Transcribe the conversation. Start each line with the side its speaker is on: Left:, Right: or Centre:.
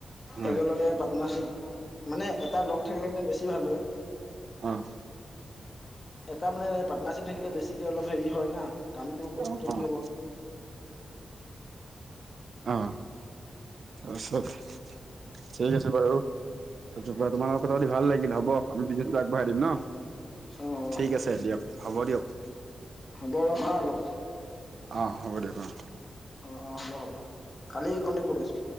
Right: হয়
Left: একেলগে পাৰ্টনাৰশিপ মানে এটা লগ থাকিলে মানে বেছি ভাল হয়
Right: অহ
Left: এটা মানে পাৰ্টনাৰশ্বিপ থাকিলে বেছিকে অলপ হেৰি হয় ন কামটো
Right: অ
Left: জল্দি হ'ব
Right: অ তাৰছত ঠিক আছে বাৰু তাৰপাছত তোমা লগত কথা পাতি ভাল লাগিল হব আমি বিজনেচটো আগবঢ়াই দিম ন
Left: অ',
Right: ঠিক আছে দিয়ক হ'ব দিয়ক
Left: হ'ব ৰখা অলপ
Right: অঁ হ'ব দিয়ক অঁ
Left: অ অ হ'ব হ'ব কালি কণ্টেক্ট কৰি আছো